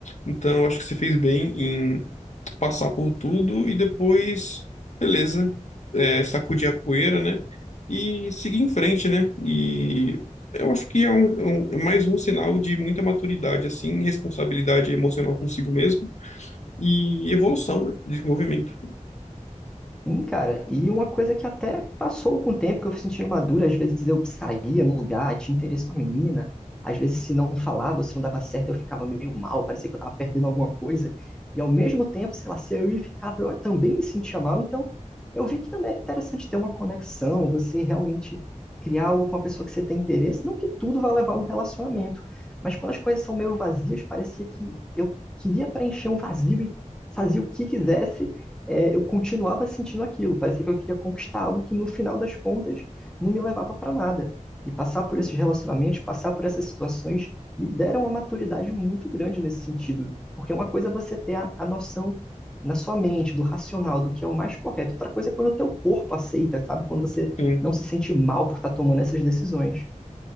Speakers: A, on the left (about 60°); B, in the centre.
A: Então, eu acho que você fez bem passar por tudo e depois, beleza, é, sacudir a poeira, né? E seguir em frente, né? E eu acho que é, um- é um- é mais um sinal de muita maturidade, assim, responsabilidade emocional consigo mesmo e evolução, né? Desenvolvimento.
B: Sim, cara, e uma coisa que até passou com o tempo, que eu fui sentindo madura, às vezes eu saía num lugar, tinha interesse na menina, às vezes se não falava, se não dava certo, eu ficava meio mal, parecia que eu tava perdendo alguma coisa, e ao mesmo tempo, sei lá, se eu ia e ficava, eu também me sentia mal, então eu vi que também era interessante ter uma conexão, você realmente criar algo com a pessoa que você tem interesse, não que tudo vá levar a um relacionamento, mas quando as coisas são meio vazias, parecia que eu queria preencher um vazio e fazia o que quisesse, é, eu continuava sentindo aquilo. Parecia que eu queria conquistar algo que no final das contas não me levava para nada. E passar por esses relacionamentos, passar por essas situações, me deram uma maturidade muito grande nesse sentido. Porque é uma coisa é você ter a, a noção na sua mente, do racional, do que é o mais correto. Outra coisa é quando o teu corpo aceita, sabe? Quando você
A: Sim.
B: não se sente mal por estar tomando essas decisões.